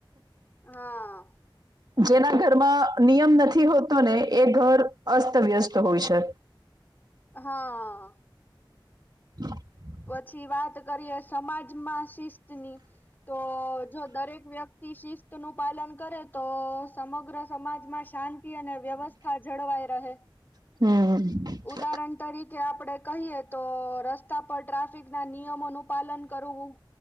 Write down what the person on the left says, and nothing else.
હા.
હા.
પછી વાત કરીએ સમાજમાં શિસ્ત ની તો જો દરેક વ્યક્તિ શિસ્ત નું પાલન કરે તો સમગ્ર સમાજમાં શાંતિ અને વ્યવસ્થા જળવાઈ રહે.
ઉદાહરણ તરીકે આપણે કહીએ તો રસ્તા પર ટ્રાફિકના નિયમોનું પાલન કરવું